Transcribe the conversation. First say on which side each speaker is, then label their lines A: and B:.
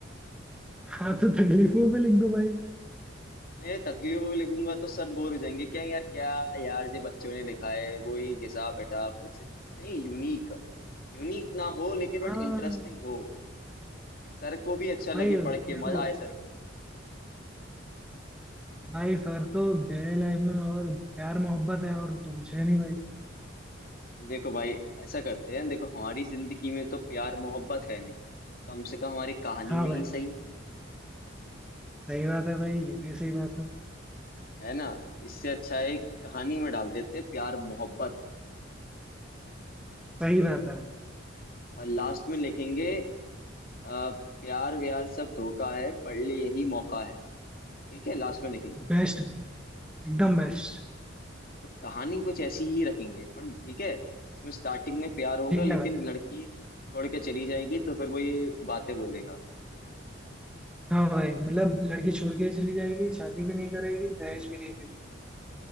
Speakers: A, in the centre; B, on the left (about 50°).
A: हाँ तो तकलीफों पे लिख दो भाई
B: नहीं तकलीफ में लिखूंगा तो सर बोर हो जाएंगे क्या यार क्या यार जो बच्चों ने लिखा है वही घिसा बैठा कुछ नहीं यूनिक यूनिक ना हो लेकिन बट
A: हाँ
B: इंटरेस्टिंग हो कि सर को भी अच्छा लगे
A: भाई
B: पढ़ के
A: देखो
B: मजा आए सर को
A: भाई फिर तो डेली लाइफ में और प्यार मोहब्बत है और तो कुछ है नहीं भाई
B: देखो भाई ऐसा करते हैं देखो हमारी जिंदगी में तो प्यार मोहब्बत है नहीं कम से कम हमारी कहानी
A: हाँ
B: में
A: भाई
B: ही सही
A: सही बात है भाई ये भी सही बात है
B: है ना तो इससे अच्छा है कहानी में डाल देते हैं प्यार मोहब्बत
A: सही बात है भाई
B: और लास्ट में लिखेंगे अ, प्यार व्यार सब धोखा है पढ़ ले यही मौका है ठीक है लास्ट में लिखेंगे
A: बेस्ट भाई एकदम बेस्ट
B: तो कहानी कुछ ऐसी ही रखेंगे अपन ठीक है इसमें स्टार्टिंग में प्यार होगा
A: ठीक
B: लेकिन
A: है भाई
B: लड़की छोड़ के चली जाएगी तो फिर वो ये बातें बोलेगा
A: हाँ भाई मतलब लड़की छोड़ के ही चली जाएगी शादी भी नहीं करेगी दहेज भी नहीं देगी